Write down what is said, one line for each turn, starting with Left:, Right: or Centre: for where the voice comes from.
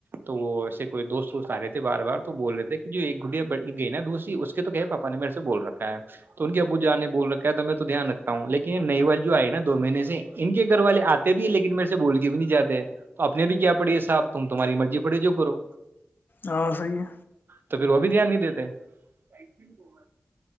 Right: تو وہ ایسے کوئی دوست وست آ رہے تھے بار بار تو بول رہے تھے کہ جو ایک گڈیا گئی نا دوسری اس کے تو کہ پاپا نے میرے سے بول رکھا ہے تو ان کے ابو جا نے بول را تو میں تو دھیان رکھتا ہوں لیکن یہ نئی وال جو آئے نا دو مہینے سے ان کے گھر والے آتے بھی ہے لیکن میرے سے بول کے بھی نہیں جے تو اپنے نے بھی کیا پڑی ہے صاحب تم تمہاری مرضی پڑے جو کرو
Left: ہاں صحیح ہے
Right: تو پھر وہ بھی دھیان نہیں دیتے ب کو